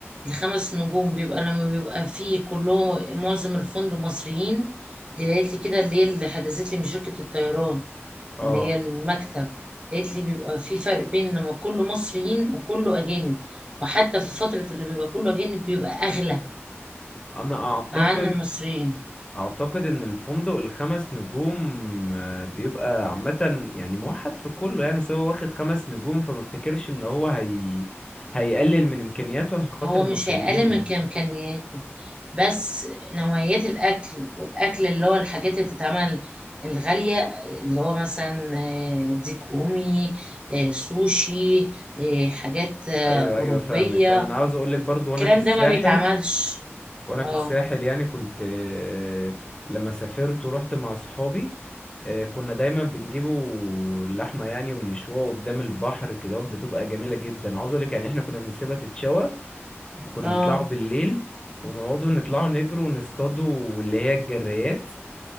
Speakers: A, on the right (about 25°); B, on the left (about 20°).
A: الخمس نجوم بيبقى لما بيبقى فيه كله معظم الفندق مصريين دي لقيت لي كده اللي هي اللي حجزت لي من شركه الطيران
B: اه
A: اللي هي المكتب قالت لي بيبقى في فرق بين لما كله مصريين وكله أجانب وحتى في فترة اللي بيبقى كله أجانب بيبقى أغلى
B: انا اعتقد
A: عن المصريين
B: اعتقد ان الفندق الخمس نجوم آه، بيبقى عامة يعني موحد في كله يعني سواء واخد خمس نجوم فما افتكرش ان هو هي... هيقلل من امكانياته عشان خاطر
A: هو
B: المصريين
A: مش هيقلل من
B: يعني
A: كم- إمكانياته بس نوعيات الأكل والأكل اللي هو الحاجات اللي بتتعمل الغالية اللي هو مثلا آه، ديك رومي آه، سوشي آه، حاجات آه،
B: ايوه
A: أوروبية
B: ايوه فاهمك انا عاوز اقولك برضو
A: الكلام
B: وانا في الساحل
A: ده ما بيتعملش
B: وانا في
A: اه
B: الساحل يعني كنت آه، لما سافرت ورحت مع اصحابي آه، كنا دايما بنجيبوا اللحمه يعني ونشوها قدام البحر كده بتبقى جميله جدا عاوز اقولك يعني احنا كنا بنسيبها تتشوى كنا
A: اه
B: بنطلعوا بالليل ونقعدوا نطلعوا نجروا ونصطادوا اللي هي الجريات